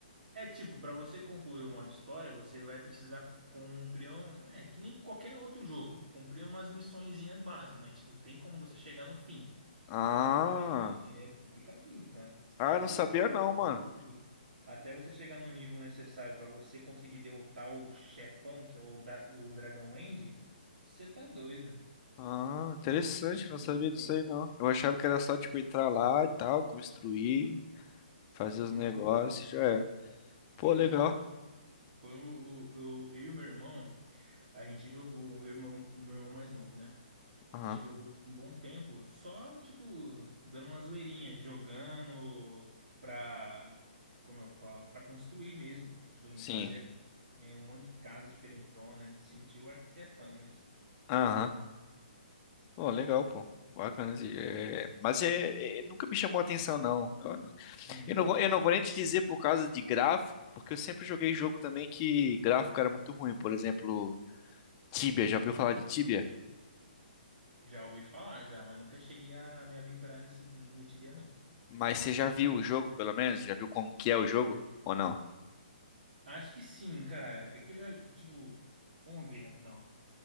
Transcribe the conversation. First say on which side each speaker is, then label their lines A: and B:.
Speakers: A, on the right; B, on the left.
A: É que, tipo, pra você concluir o modo história, você vai precisar cumprir um... É, que nem qualquer outro jogo. Cumprir umas missõezinhas básicas, mas, tipo, tem como você chegar no fim.
B: Ah.
A: Aí É complicadinho, cara. Você
B: Ah,
A: tem
B: eu
A: que
B: não
A: se
B: sabia
A: upar
B: não, mano.
A: tudo. Até você chegar no nível necessário pra você conseguir derrotar o chefão, que é o, da... o Dragão End, você tá doido.
B: Ah, interessante, não
A: não
B: sabia disso
A: tem.
B: aí não. Eu achava que era só, tipo, entrar lá e tal, construir, fazer os
A: Uhum.
B: negócios e já era. Pô,
A: Não,
B: legal.
A: mas foi, foi o, o- eu, eu e o meu irmão, a gente jogou, o irmão, meu irmão mais novo, né? A
B: Aham.
A: gente jogou por um bom tempo, só, tipo, dando uma zoeirinha, jogando pra, como eu falo, pra construir mesmo. Tipo, a gente
B: Sim.
A: fazia, né, um monte de casa diferentona, sentiu o arquitetão mesmo.
B: Aham. Pô, legal, pô. Bacana. assim, é, Mas é... é, nunca me chamou a atenção, não. Eu...
A: Hum,
B: eu não vou... eu não vou nem te dizer por causa de gráfico, porque eu sempre joguei jogo também que gráfico era muito ruim. Por exemplo, Tibia. Já ouviu falar de Tibia?
A: já ouvi falar, já, mas nunca cheguei a me aventurar nesse, no Tibia, não.
B: Mas você já viu o jogo, pelo menos? Já viu como que é o jogo? Ou não?
A: Acho que sim, cara. É que eu já, tipo, vamos ver rapidão.